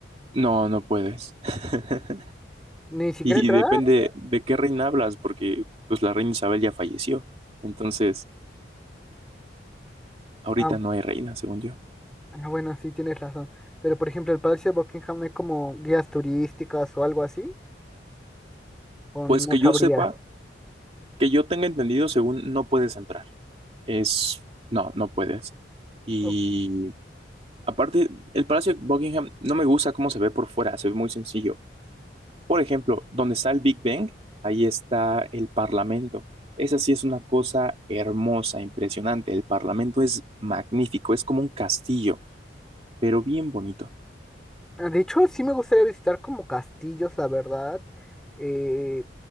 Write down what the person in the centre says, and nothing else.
ni siquiera
entrar.
Ah,
ah, bueno, sí, tienes razón. Pero por ejemplo, el palacio de Buckingham no es como guías turísticas o algo así, o
no
sabrías.
Ok.
Ah, De hecho, sí me gustaría visitar como castillos, la verdad. Eh,